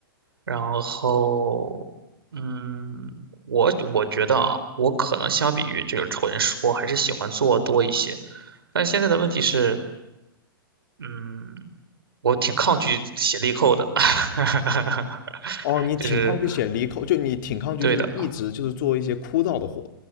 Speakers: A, on the right; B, on the left.
A: 然后，嗯，我我觉得啊，我可能相比于就是纯说，还是喜欢做多一些。但现在的问题是，嗯，我挺抗拒写力扣的，<laughs>
B: 哦，你挺抗拒写离口，
A: 就是
B: 就你挺抗拒就是一直就是做一些枯燥的活。
A: 对的。